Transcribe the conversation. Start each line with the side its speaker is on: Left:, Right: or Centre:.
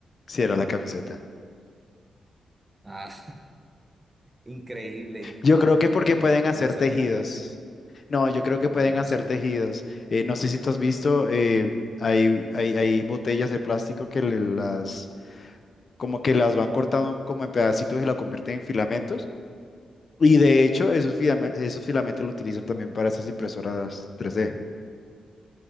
Left: Sí, era la camiseta.
Right: Ah, increíble. Y
Left: Yo
Right: yo
Left: creo
Right: como
Left: que porque
Right: con,
Left: pueden
Right: yo
Left: hacer
Right: como saco
Left: tejidos.
Right: una camiseta.
Left: No, yo creo que pueden
Right: Bueno,
Left: hacer
Right: sí,
Left: tejidos. Eh, no sé si tú has visto, eh, hay, hay, hay botellas de plástico que le- las, como que las van cortando como en pedacitos y la convierten en filamentos. Y de hecho, esos filamentos, esos filamentos lo utilizan también para esas impresoras tres d